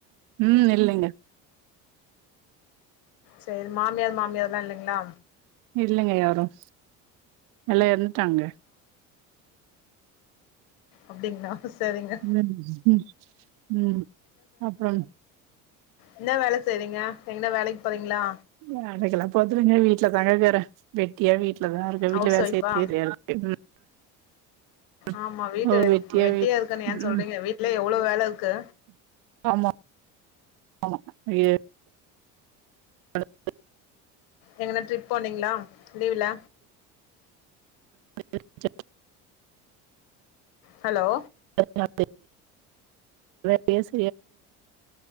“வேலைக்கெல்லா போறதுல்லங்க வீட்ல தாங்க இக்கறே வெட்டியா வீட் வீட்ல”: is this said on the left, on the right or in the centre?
Right